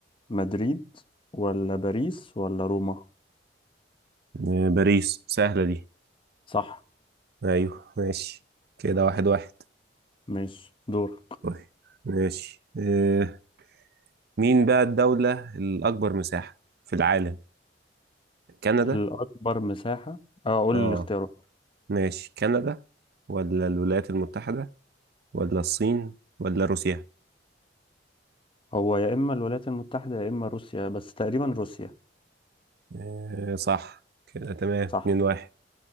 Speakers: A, on the left; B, on the right.
A: مدريد ولا باريس ولا روما
B: آه، باريس سهلة دي
A: صح
B: أيوه ماشي كده واحد واحد
A: ماشي دورك
B: طيب ماشي آه، مين بقى الدولة الأكبر مساحة في العالم؟ كندا؟
A: الأكبر مساحة أه قول
B: آه
A: لي الاختيارات
B: ماشي كندا ولا الولايات المتحدة ولا الصين ولا روسيا؟
A: هو يا إما الولايات المتحدة يا إما روسيا بس تقريبا روسيا
B: آه، صح كده تمام
A: صح
B: اتنين واحد